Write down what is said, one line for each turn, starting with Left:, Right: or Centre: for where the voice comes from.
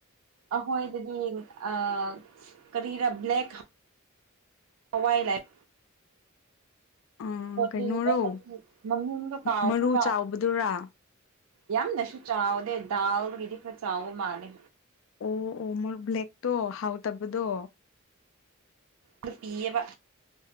Right: ꯑꯩꯈꯣꯏꯗꯗꯤ ꯑ ꯀꯔꯤꯔꯥ ꯕ꯭ꯂꯦꯛ ꯍꯋꯥꯏ ꯂꯥꯏꯐ
Left: ꯎꯝ
Right: ꯍꯣꯂꯤ
Left: ꯀꯩꯅꯣꯔꯣ
Right: ꯃꯃꯗ ꯀꯥꯁꯨ
Left: ꯃꯔꯨ
Right: ꯀꯥ
Left: ꯆꯥꯎꯕꯗꯨꯔꯥ
Right: ꯌꯥꯝꯅꯁꯨ ꯆꯥꯎꯗꯦ ꯗꯥꯜꯒꯤꯗꯤ ꯈꯔ ꯆꯥꯎꯕ ꯃꯥꯜꯂꯦ
Left: ꯑꯣ ꯑꯣ ꯃꯣꯔ ꯕ꯭ꯂꯦꯛ ꯇꯣ ꯍꯥꯎ ꯇꯕꯗꯣ
Right: ꯑꯗꯨ ꯄꯤꯌꯦꯕ